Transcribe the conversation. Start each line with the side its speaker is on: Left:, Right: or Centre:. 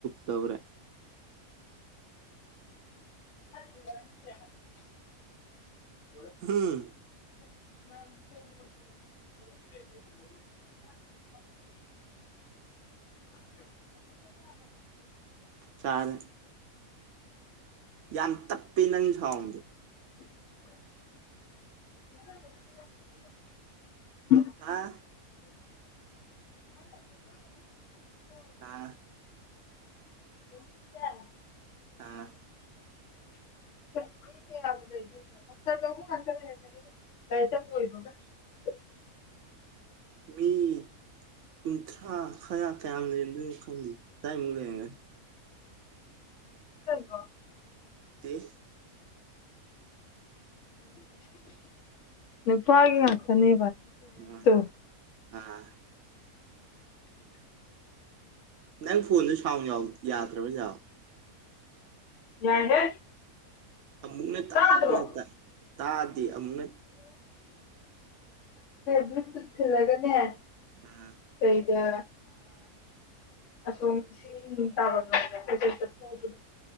Right: ꯇꯧ꯭ꯔꯦ
Left: <inaudible>
Right: ꯍꯝ
Left: <inaudible>
Right: ꯆꯥꯔꯦ ꯌꯥꯝ ꯇꯞꯄꯤꯅ ꯈꯒꯦ
Left: <inaudible>
Right: ꯍꯥꯥ
Left: <inaudible>
Right: ꯑꯥ
Left: <inaudible> ꯀꯖ
Right: ꯑꯥ
Left: ꯂꯩ ꯆ ꯂꯕꯒ
Right: ꯃꯤ ꯀꯨꯟꯊ꯭ꯔꯥ ꯈꯔ ꯀꯌꯥꯝ ꯂꯩꯔꯝꯗꯣꯏꯅꯣ ꯈꯪꯗꯦ ꯇꯥꯏ ꯃꯡꯂ ꯌꯦꯒ
Left: ꯒ
Right: ꯑꯦ
Left: ꯎ ꯅꯨꯄꯦ ꯍꯥ ꯆꯅꯤ
Right: ꯎꯝ
Left: <inaudible>
Right: ꯑꯥ ꯅꯪ ꯐꯣꯟꯁꯨ ꯁꯥꯎꯟ ꯌꯥꯗ꯭ꯔꯕ ꯆꯦ
Left: ꯌꯥꯏꯍꯦ
Right: ꯑꯃꯨꯛꯅ
Left: ꯇꯥꯗ꯭ꯔꯣ
Right: ꯇꯥꯗꯤ ꯑꯃꯨꯛꯅ
Left: ꯕꯨꯜꯇꯨꯠ ꯊꯤꯜꯂꯒꯅꯦ
Right: ꯎꯝ
Left: ꯀꯩꯗ ꯑꯁꯣꯝ ꯏꯁꯤꯡ ꯇꯥꯕꯝ ꯂꯣꯝꯗ ꯀꯣꯏꯆꯠ ꯆꯠꯄ ꯑꯗꯨꯒꯤꯅꯦ